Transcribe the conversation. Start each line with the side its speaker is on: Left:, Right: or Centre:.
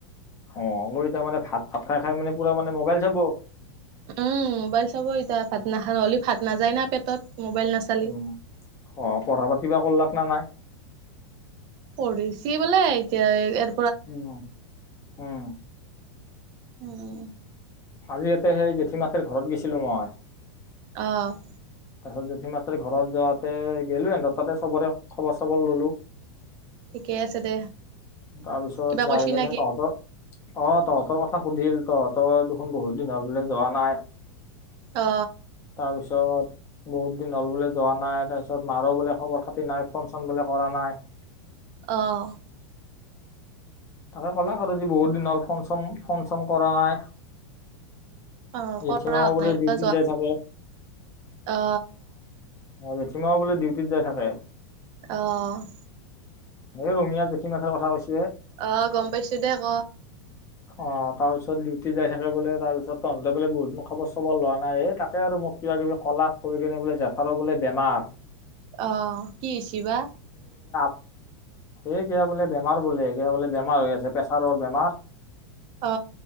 Left: অ অ ই তাৰ মানে ভাত ভাত খাই খাই মানে পুৰা মানে মোবাইল চাব।
Right: উম মোবাইল চাব এতিয়া ভাতনাখাই নহ'লি ভাত নাযায় না পেটত। মোবাইল নাচালি।
Left: উম অ পঢ়া পাতি বা কল্লাক না নাই।
Right: পঢ়িছি বোলে এতিয়া এৰ
Left: উম উম।
Right: অ'
Left: আজি ইয়াতে সেই জেঠীমাথেৰ ঘৰত গেছিলো মই।
Right: অ'
Left: তাৰ পিছত জেঠি মাথেৰ ঘৰত যোৱাতে গে'লো হেনথত তাতে চবৰে খবৰ চবৰ ললোঁ।
Right: ঠিকে আছে দে।
Left: তাৰপিছত
Right: কিবা
Left: যায়
Right: কৈছি
Left: কেনে
Right: নেকি?
Left: তহঁতৰ অ তহঁতৰ কথা সুধিল তহঁতৰ দেখোন বহুত দিন হল বোলে যোৱা নাই।
Right: অ
Left: তাৰপিছত বহুত দিন হ'ল বোলে যোৱা নাই তাৰপিছত মাৰো বোলে খবৰ খাতি নাই ফোন চোন বোলে কৰা নাই। <inaudible>
Right: অ'
Left: তাকে ক'লাক আৰু যি বহুত দিন হ'ল ফোন চন ফোন চন কৰা নাই।
Right: অ কৰা
Left: জেঠিমাও
Right: হোৱা
Left: বোলে
Right: নাই ৰ
Left: ডিউটিত
Right: যোৱা
Left: যাই থাকে।
Right: অ
Left: অ জেঠীমাও বোলে ডিউটিত যাই থাকে।
Right: অ'
Left: এই ৰঙিয়ীয়া জেঠী মাথেৰ কথা কৈছি।
Right: অ গম পাইছো দে ক।
Left: অ তাৰ পিছত ডিউটি যাই থাকে বোলে তাৰপিছত তহন্ততে বোলে বহুত দিন খবৰ চবৰ লোৱা নাই এই তাকে আৰু। মোক কিবা- কিবি কলা কৈ কিনে বোলে জেঠাৰৰ বোলে বেমাৰ।
Right: আহ, কি হৈ হৈছে বা?
Left: এ' কিবা বোলে বেমাৰ বোলে ক বোলে বেমাৰ হৈ আছে প্ৰেছাৰৰ বেমাৰ।
Right: অ